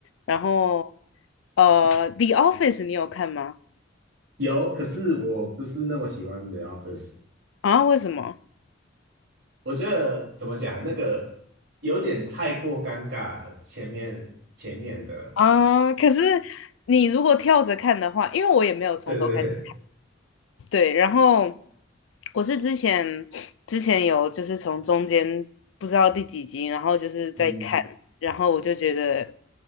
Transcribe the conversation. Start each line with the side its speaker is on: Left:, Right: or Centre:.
Left: 然后呃，《The Office》你有看吗？
Right: 有，可是我不是那么喜欢 The Office。
Left: 啊，为什么？
Right: 我觉得怎么讲，那个有点太过尴尬了。前面前面的，
Left: 啊，可是你如果跳着看的话，因为我也没有从头开始，
Right: 对对对，
Left: 对，然后我是之前之前有就是从中间不知道第几集，然后就是在看，
Right: 嗯，
Left: 然后我就觉得